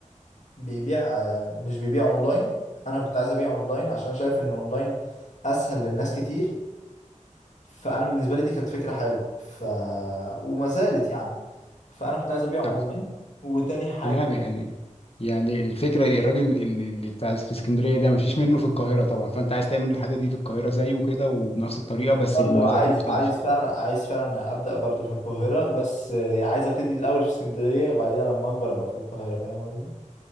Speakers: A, on the left (about 65°); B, on the left (about 50°).
A: بيبيع آه، مش بيبيع اونلاين انا كنت عايز ابيع اونلاين عشان أنا شايف ان اونلاين اسهل للناس كتير فانا بالنسبه لي دي كانت فكره حلوه ف وما زالت يعني فانا كنت عايز ابيع
B: طب
A: اونلاين وتاني حاجه
B: تمام يعني يعني الفكره دي الراجل اللي اللي بتاع في اسكندريه ده مفيش منه في القاهره طبعا فانت عايز تعمل الحاجه دي في القاهره زيه كده وبنفس الطريقه بس
A: برضه
B: بميزات
A: عايز
B: مختلفه
A: عايز فعلا عايز فعلا ابدا برضه في القاهره بس آه، عايز ابتدي الاول في اسكندريه وبعديها لما اكبر ابقى في القاهره فاهم قصدي